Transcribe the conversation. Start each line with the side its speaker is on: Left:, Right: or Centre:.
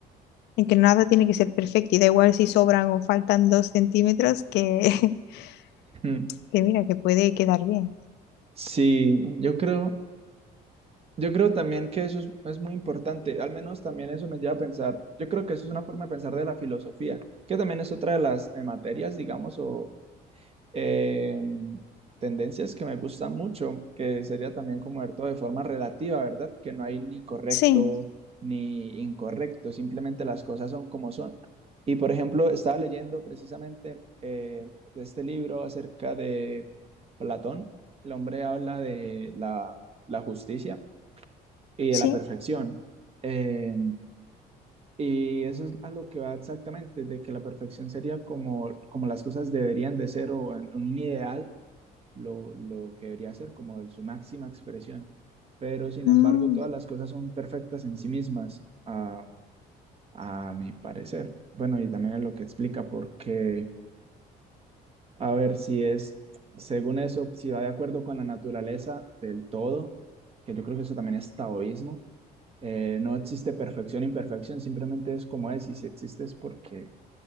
Left: en que nada tiene que ser perfecto y da igual si sobran o faltan dos centímetros que,
Right: Mm.
Left: <laughs> que mira, que puede quedar bien.
Right: Sí, yo creo, yo creo también que eso es, es muy importante, al menos también eso me lleva a pensar, yo creo que eso es una forma de pensar de la filosofía, que también es otra de las eh, materias, digamos, o, eh, tendencias que me gustan mucho, que sería también como ver todo de forma relativa, ¿verdad? Que no hay ni correcto
Left: Sí,
Right: ni incorrecto, simplemente las cosas son como son. Y por ejemplo, estaba leyendo precisamente eh, de este libro acerca de Platón. El hombre habla de la, la justicia y
Left: sí,
Right: de la perfección. Eh, y eso es a lo que va exactamente, de que la perfección sería como, como las cosas deberían de ser o en un ideal lo, lo que debería ser como su máxima expresión. Pero sin
Left: mm,
Right: embargo, todas las cosas son perfectas en sí mismas, a, a mi parecer. Bueno, y también es lo que explica, porque, a ver, si es, según eso, si va de acuerdo con la naturaleza del todo, que yo creo que eso también es taoísmo, eh, no existe perfección, imperfección, simplemente es como es, y si existe es porque,